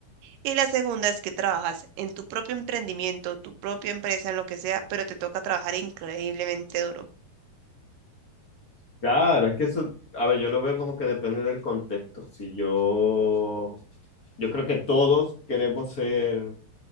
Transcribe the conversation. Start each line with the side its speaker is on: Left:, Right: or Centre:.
Right: Y la segunda es que trabajas en tu propio emprendimiento, tu propia empresa, en lo que sea, pero te toca trabajar increíblemente duro.
Left: claro, es que eso, a ver, yo lo veo como que depende del contexto. Si yo, yo creo que todos queremos ser